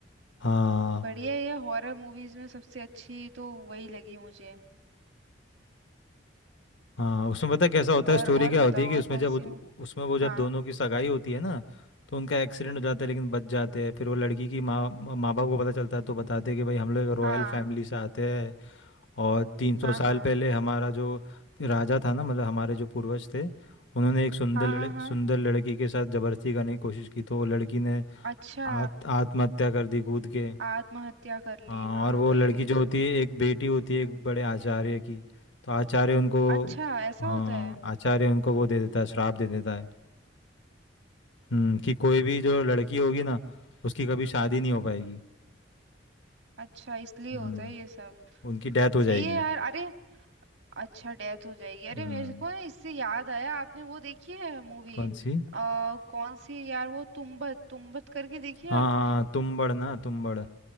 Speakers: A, on the left; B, on the right.
A: हाँ
B: बढ़िया है। ये हॉरर मूवीज में सबसे अच्छी तो वही लगी मुझे
A: हाँ उसमें पता है कैसा होता है
B: और
A: स्टोरी
B: और
A: क्या
B: बताओ
A: होती है कि
B: और
A: उसमें
B: कौन
A: जब
B: सी
A: उद-
B: हो
A: उसमें वो जब
B: हाँ
A: दोनों की सगाई होती है ना तो उनका एक्सीडेंट हो जाता है लेकिन बच जाते हैं फिर वो लड़की की माँ माँ बाप को पता चलता है तो बताते हैं कि भाई हम लोग रॉयल
B: हाँ
A: फैमिली से आते हैं और 300
B: हाँ
A: साल
B: हाँ
A: पहले हमारा जो राजा था ना मतलब हमारे जो पूर्वज थे उन्होंने एक सुंदर
B: हाँ
A: लड़
B: हाँ हाँ
A: सुंदर लड़की के साथ जबरदस्ती करने की कोशिश की तो वो लड़की ने
B: अच्छा
A: आत, आत्महत्या कर दी कूद के
B: आत्महत्या कर
A: हाँ
B: ली हाँ
A: और वो
B: वही
A: लड़की
B: वही
A: जो होती है एक बेटी होती
B: तो
A: है एक बड़े आचार्य
B: हम्म
A: की तो आचार्य उनको
B: अच्छा ऐसा
A: हाँ
B: होता है
A: आचार्य उनको वो दे देता है श्राप दे देता है हम्म कि कोई भी जो लड़की होगी ना उसकी कभी शादी नहीं हो पाएगी
B: अच्छा इसलिए
A: हम्म
B: होता है ये सब
A: उनकी डेथ हो जाएगी
B: सही है यार अरे अच्छा डेथ हो जाएगी अरे
A: हम्म
B: मेरे को ना इससे याद आया आपने वो देखी है मूवी
A: कौन सी
B: आ, कौन सी यार वो तुम्बड़ तुम्बड़ करके देखी है
A: हाँ
B: आपने
A: हाँ तुम्बड़ ना तुम्बड़